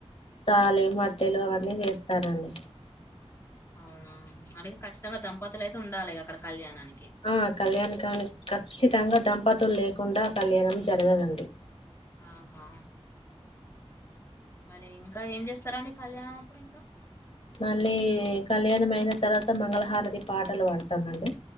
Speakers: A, on the left; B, on the left.
A: తాలి మట్టెలు అవన్నీ వేస్తారండి.
B: అవునా ఆడ ఖచ్చితంగా దంపతులు అయితే ఉండాలి అక్కడ కళ్యాణానికి,
A: ఆ కళ్యాణ కానికి ఖచ్చితంగా దంపతులు లేకుండా కళ్యాణం జరగదండి.
B: ఆహా మరి ఇంకా ఏం చేస్తారండి. కళ్యాణం అప్పుడు ఇంకా,
A: మళ్ళీ కళ్యాణం అయిన తర్వాత మంగళహారతి పాటలు పాడుతాంమండి.